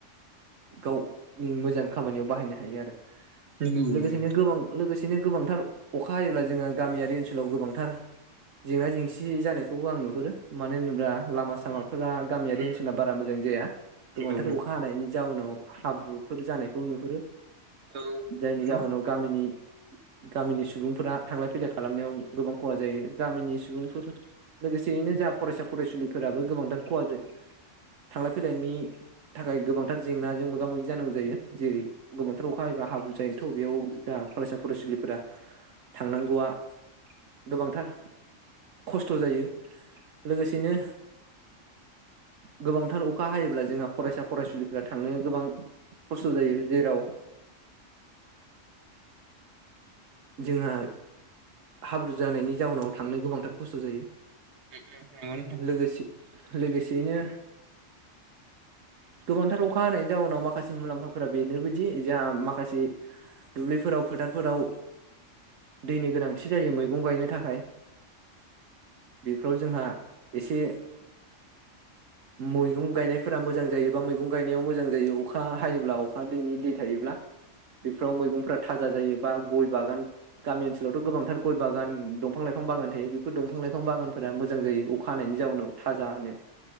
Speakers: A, on the right; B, on the right.
A: गावनि मोजां खामानियाव बाहायनो हायो आरो।
B: नंगौ
A: लोगोसेनो
B: नंगौ नोंथां
A: गोबां लोगोसे दिनो गोबांथार अखा हायोब्ला जोंहा गामियारि ओनसोलाव गोबांथार जेंना जेंसि जानायखौबो आं नुहुरो मानो होनोब्ला लामा सामाफोरा
B: उम
A: गामियारि
B: उम
A: ओनसोला बारा मोजां जाया गोबांथार
B: नंगौ नंगौ
A: अखा हानायनि जाउनाव हाब्रुफोर जानायखौ नुहुरो।
B: औ नंगौ उम
A: जायनि जाहोनाव गामिनि गामिनि सुबुंफोरा थांलाय फैलाय खालामनायाव गोबां खहा जायो गामिनि सुबुंफोर लोगोसेयैनो जा फरायसा फरायसुलिफोराबो गोबांथार खहा जायो थांलाय फैलायनि थाखाय गोबांथार जेंनाजों मोगा मोगि जानांगौ जायो जेरै गोबांथार अखा हायोबा हाब्रु जायोथ' बेयाव जा फरायसा फरायसुलिफोरा थांनांगौआ गोबांथार खस्थ' जायो लोगोसेनो गोबांथार अखा हायोब्ला जोंहा फरायसा फरायसुलिफोरा थांनो गोबां खस्थ' जायो जेराव जोंहा हाब्रु जानायनि जाउनाव थांनो गोबांथार खस्थ' जायो।
B: उम उम नंगौ नोंथां
A: लोगोसे लोगोसेयैनो गोबांथार अखा हानायनि जाउनाव माखासे मुलाम्फाफोरा बेनोबोदि जोंहा माखासे दुब्लिफोराव फोथारफोराव दैनि गोनांथि जायो मैगं गायनो थाखाय बेफोराव जोंहा एसे मैगं गाइनायफोरा मोजां बा मैगं गाइनायाव मोजां जायो अखा हायोब्ला अखानि दै थायोब्ला बेफोराव मैगंफोरा थाजा जायो बा गय बागान गामि ओनसोलावथ' गोबांथार गय बागान दंफां लाइफां बागान थायो बेफोर दंफां लाइफां बागानफोरा मोजां जायो अखा हानायनि जाउनाव थाजानो